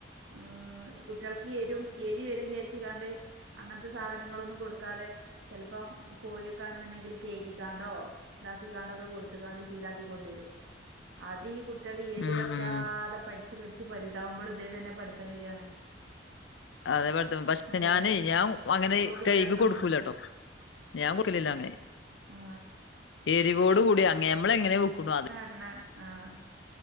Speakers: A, on the right (about 75°); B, on the left (about 70°).
A: ആഹ് കുട്ട്യൾക്ക് എരു എരി വരും വിചാരിച്ചിങ്ങാണ്ട്. അങ്ങെൻത്തെ സാധനം ങ്ങളൊന്നും കൊടുക്കാതെ ചെൽപ്പം കോഴിയൊക്കാണെന്നുണ്ടെങ്കിൽ, കേയികാണ്ടോ. താക്കിക്കാണ്ടൊക്കെ കൊടുത്ത്കാണ്ട്. ശീലാക്കി കൊണ്ടൊരും. അത് ഈ കുട്ട്യള് എരുവറ്റാതെ
B: ഉം ഉം
A: പഠിച്ച്, പഠിച്ച്, വലുതാവുമ്പളും ഇതെ തെന്നെ, പഠിത്തം വെരാണ്.
B: അതെ പോൽത്തെ, പക്ഷെ
A: വരിക
B: ഞാനെ, ഞാ, അങ്ങനെ
A: അപ്പോൾ കുട്ടികൾ
B: കയ്കി കൊടുക്കൂലട്ടോ.
A: ആ
B: ഞാ കൂട്ടലില്ലാങ്ങനെ
A: ആ
B: എരിവോട് കൂടി അങ്ങെ, മ്മള് എങ്ങനെ വെക്ക്ണു അത്.
A: ണ ആഹ്.